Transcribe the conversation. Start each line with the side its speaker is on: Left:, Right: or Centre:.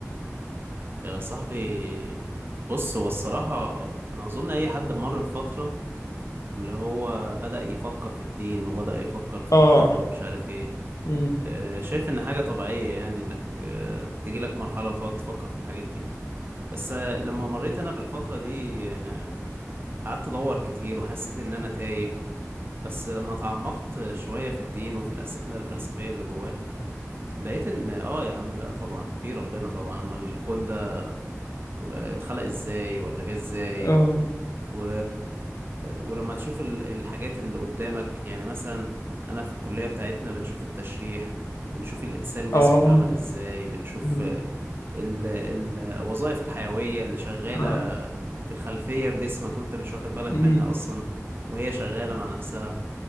Right: يا صاحبي بص هو الصراحة انا اظن اي حد مر بفترة اللي هو بدأ يفكر في الدين وبدأ يفكر في
Left: اه
Right: ربنا ومش عارف ايه
Left: امم
Right: آه، شايف ان حاجة طبيعية يعني انك آه، تجيلك مرحلة وتقعد تفكر في الحاجات دي بس آه، لما مريت انا بالفترة دي آه، قعدت ادور كتير وحسيت ان انا تايه بس لما تعمقت شوية في الدين وفي الأسئلة الفلسفية اللي جواه لقيت ان اه يا عم لا طبعا في ربنا طبعا امال الكون ده آه، اتخلق ازاي ولا جه ازاي
Left: اه
Right: و... ولما تشوف ال- الحاجات اللي قدامك يعني مثلا انا في الكلية بتاعتنا بنشوف التشريح بنشوف الانسان جسمه
Left: اه
Right: اتعمل ازاي بنشوف
Left: مم.
Right: آه، ال... ال... الوظائف الحيوية اللي شغالة
Left: اه
Right: في الخلفية في جسمك وانت مش واخد بالك
Left: امم
Right: منها اصلا وهي شغالة مع نفسها